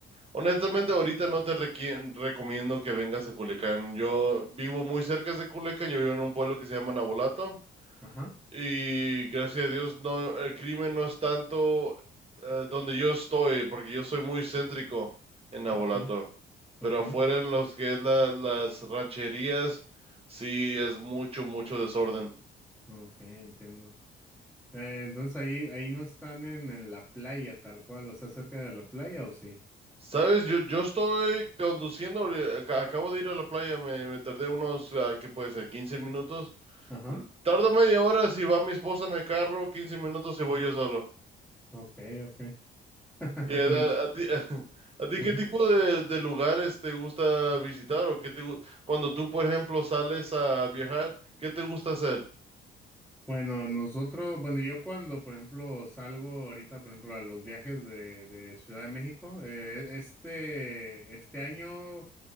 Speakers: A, on the right; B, in the centre.
A: honestamente ahorita no te requie- recomiendo que vengas a Culiacán. Yo vivo muy cerca de Culiacán, yo vivo en un pueblo que se llama Navolato
B: Ajá.
A: y gracias a Dios no, el crimen no es tanto eh, donde yo estoy porque yo soy muy céntrico en Navolato,
B: Okay,
A: pero
B: okay,
A: afuera en los que es la- las rancherías sí es mucho, mucho desorden.
B: okay, entiendo. Eh, entonces ahí, ahí no están en, en la playa tal cual, o sea, cerca de la playa o sí.
A: Sabes, yo, yo estoy conduciendo, ahori- ac- acabo de ir a la playa, me, me tardé unos, ah, ¿qué puede ser? 15 minutos.
B: Ajá,
A: Tardo media hora si va mi esposa en el carro, 15 minutos si voy yo solo.
B: okay, okay. <laughs>
A: ¿Y a, a-
B: Me-
A: a ti, <laughs> a ti
B: <laughs>
A: qué tipo de, de lugares te gusta visitar o qué te, gu- cuando tú, por ejemplo, sales a viajar, ¿qué te gusta hacer?
B: Bueno, nosotros, bueno, yo cuando, por ejemplo, salgo ahorita, por ejemplo, a los viajes de, de Ciudad de México, eh, e, este, este año,